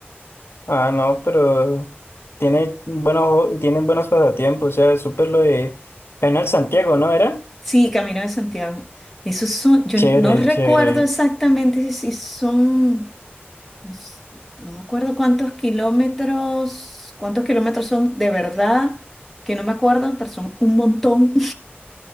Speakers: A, on the left (about 70°); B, in the centre.
A: Ah, no, pero tiene buenos, jo- tienen buenos pasatiempos, o sea, súper lo de Leonel Santiago, ¿no era?
B: Sí, Camino de Santiago. Esos son, yo
A: Chévere,
B: no recuerdo
A: chévere.
B: exactamente si si son, no, s- no me acuerdo cuántos kilómetros, cuántos kilómetros son de verdad, que no me acuerdo, pero son un montón